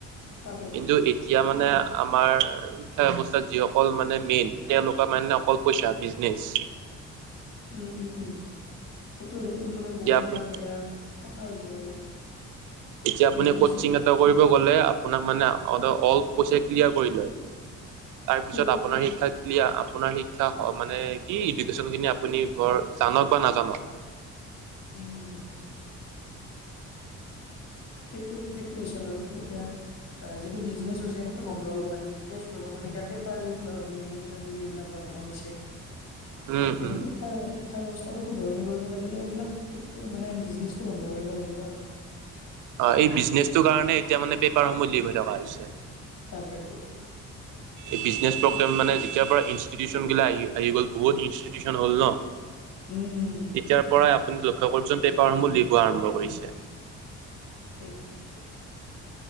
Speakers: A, on the left; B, on the right.
A: তাকেতো।
B: কিন্তু এতিয়া মানে আমাৰ শিক্ষা ব্যৱস্থাত যিসকল মানে মেইন তেওঁলোকৰ মানে অকল পইচা বিজনেচ
A: উম উম উম সেইটো সেইটো মানে
B: এতিয়া
A: বহুত
B: আপু
A: এটা বেয়া কথা হৈছে বাৰু।
B: এতিয়া
A: বিজনেচটো।
B: আপুনি কচিং এটা কৰিব গলে আপোনাক মানে অ অল পইচা ক্লিয়াৰ কৰি লয় তাৰপিছত
A: উম,
B: আপোনাৰ
A: উম।
B: শিক্ষাক আপোনাৰ শিক্ষা মানে কি ইডুকেশ্যনখিনি আপুনি বৰ জানক বা নাজানক
A: উম উম উম- সেইটো সেইটো হৈছে বাৰু এতিয়া অ যিটো বিজনেছ হৈছে সেইটো বন্ধ হ'ব লাগে বিজনেছ হত এতিয়া পেপাৰ লিক বা অন্যান্য কিবা কিবি এইবিলাক হোৱা দেখা গৈছে
B: উম
A: গতিকে
B: উম
A: শিক্ষা শিক্ষা ব্যৱস্থাটো শুধৰণি কৰিব লাগিলে এইবিলাক ঠিক কৰি মানে বিজনেছটো বন্ধ কৰিব লাগিব আৰু
B: অ এই বিজনেচটোৰ কাৰণে এতিয়া মানে পেপাৰসমূহ লিক হৈ থকা হৈছে
A: তাকেতো।
B: এই বিজনেছ
A: সেইটোৱে
B: প্ৰগ্লেম
A: আৰু
B: মানে যেতিয়াৰ পৰা ইনষ্টিটিউশচন গিলা আহি আহি গ'ল বহুত ইনষ্টিটিউচন হ'ল ন।
A: উম উম।
B: তেতিয়াৰ পৰাই আপুনি লক্ষ্য কৰিবচোন পেপাৰসমূহ লিক হোৱা আৰম্ভ কৰিছে।
A: সেইটোৱ সেইোৱ।